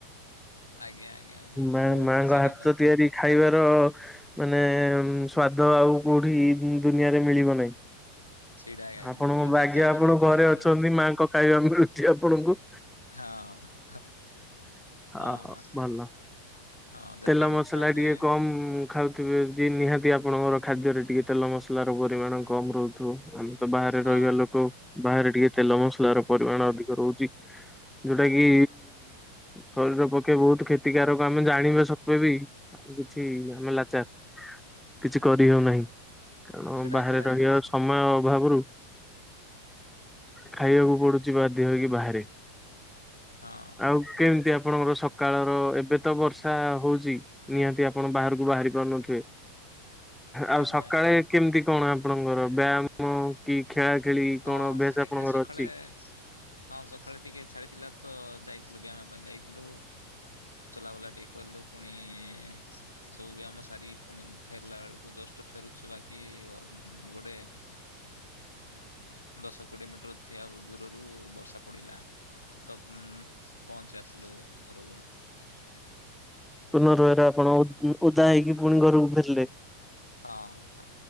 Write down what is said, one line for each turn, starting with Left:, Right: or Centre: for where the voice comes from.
Left: ଆଜ୍ଞା ଆଜ୍ଞା ଆଜ୍ଞା
Centre: ମା
Left: ବହୁତ
Centre: ମାଙ୍କ
Left: ସେଇଟା
Centre: ହାତ
Left: ତ
Centre: ତିଆରି ଖାଇବାର ମାନେ ସ୍ଵାଦ ଆଉ କୋଉଠି ଦୁନିଆରେ ମିଳିବ ନାହିଁ।
Left: ସେଇଟା ଆଜ୍ଞା ଆଜ୍ଞା।
Centre: ଆପଣଙ୍କ
Left: ମୁଁ
Centre: ଭାଗ୍ୟ
Left: ଯେତେବେଳେ
Centre: ଆପଣ
Left: ମଧ୍ୟ
Centre: ଘରେ
Left: ମୁଁ
Centre: ଅଛନ୍ତି ମାଙ୍କ ଖାଇବା ମିଳୁଛି ଆପଣଙ୍କୁ।
Left: ହଁ। ହଁ
Centre: ଓହୋ
Left: ହଁ
Centre: ଭଲ
Left: ହଁ ଯେତେବେଳେ
Centre: ତେଲ ମସଲା
Left: ଇଚ୍ଛା ଆମେ
Centre: ଟିକେ କମ୍ ଖାଉଥିବେବି ନିହାତି ଆପଣଙ୍କର ଖାଦ୍ୟରେ ଟିକେ ତେଲ ମସଲାର ପରିମାଣ କମ୍ ରହୁ ଆମେତ ବାହାରେ
Left: ହଁ
Centre: ରହିବା ଲୋକ ବାହାରେ ଟିକେ ତେଲ ମସଲାର ପରିମାଣ ଅଧିକ ରହୁଚି ଯୋଉଟାକି ଶରୀର ପକ୍ଷେ ବହୁତୁ କ୍ଷତିକାରକ ଆମେ ଜାଣିବା ସତେବି ଆଉ କିଛି ଆମୋ କିଛି କରିହଉନାହିଁ। କାରଣ
Left: ସେଟା
Centre: ବାହାରେ
Left: ପରା
Centre: ରହିବା
Left: ଆଜ୍ଞା
Centre: ସମୟ ଅଭାବରୁ ଖାଇବାକୁ ପଡ଼ୁଚି ବାଧ୍ୟ ହୋଇକି ବାହାରେ
Left: ହଁ
Centre: ଆଉ କେମିତି ଆ ଆପଣଙ୍କର ସକାଳର ଏବେତ ବର୍ଷା ହଉଚି ନିହାତି ଆପଣ ବାହାରକୁ ବାହାରି ପାରୁନଥିବେ ଆଉ
Left: ଆଜ୍ଞା
Centre: ସକାଳେ
Left: ଆଜ୍ଞା
Centre: କେମିତି କଣ ଆପଣଙ୍କର ବ୍ୟାୟାମ କି ଖେଳା ଖେଳି
Left: ହଁ
Centre: କଣ ଅଭ୍ୟାସ
Left: ଆଜ୍ଞା
Centre: ଆପଣଙ୍କର
Left: ସକାଳେ
Centre: ଅଛି?
Left: ହଁ ସକାଳେ ଟିକେ ଛାଡ଼ିଥିବାତ ଯାଇଥିଲୁ ବ୍ୟାୟାମ ପାଇଁ ଯାଇଥିଲୁ ଚଲାବୁଲା ଟିକେ କଲୁ ପୁଣି ସବୁ ବ୍ୟାୟାମ ସାରି ପୁଣି ଫେରିଲା ବେଳକୁ ଜଷ୍ଟ ଫେରୁଚୁ ବାକି ଗୋଟେ ଦଶ କୋଡ଼ିଏ ମିଟର ଥିବା ଦୂରରୁ ବର୍ଷା ପଡ଼ିଲା। ତ ପହଞ୍ଚି ଆସିଲୁ ଘରକୁୁ
Centre: ପୁନର୍ ବାର ଆପଣ ଓଦା ହେଇକି ପୁଣି ଘରକୁ ଫେରିଲେ?
Left: ହଁ ହଁ